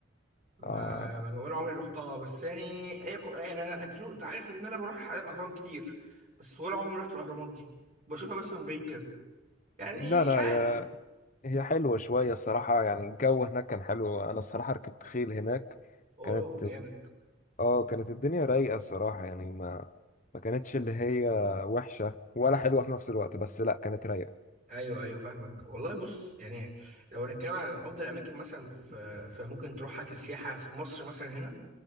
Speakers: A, on the right; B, on the left.
A: ما
B: آه.
A: ما ولا عمري رحتها بس يعني ايه كو... يعني انا انت شو- أنت عارف ان انا بروح اهرام كتير بس ولا عمري رحت الاهرامات دي بشوفها بس من بعيد كده يعني
B: لا
A: مش
B: لا
A: عارف
B: يا هي حلوه شويه الصراحه يعني الجو هناك كان حلو انا الصراحه ركبت خيل هناك
A: اوه
B: كانت
A: جامد
B: اه كانت الدنيا رايقه الصراحه يعني ما ما كانتش اللي هي وحشه ولا حلوه في نفس الوقت بس لا كانت رايقه
A: ايوه ايوه فاهمك والله بص يعني لو هنتكلم عن افضل اماكن مثلا في فممكن تروحها كسياحه في مصر مثلا هنا